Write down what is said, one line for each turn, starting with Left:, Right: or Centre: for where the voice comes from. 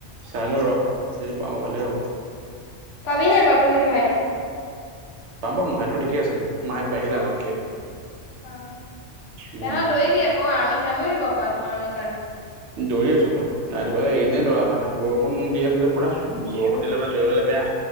Right: চাই লওঁ ৰ যদি পাওঁ ভালেই হ'ব।
Left: পাবি নাই বাৰু সেইটো হাইটত।
Right: পাম পাম মাহতো ঠিক আছেটো মাহেত বাঢ়িলে আগতকে।
Left: অৱ,
Right: উম
Left: তহাঁত দৌৰিবি আক আমি চাৰমিও দিব পাৰ নহয় আৰ্মিৰ কাৰণে।
Right: দৌৰি আছোঁ মই। ৰাতিপুৱা এনেই দৌৰা হয় ন। বৰষুণ দি আছে যে পুৰা বৰষুণ দিলে মানে দৌৰিবলৈ বেয়া।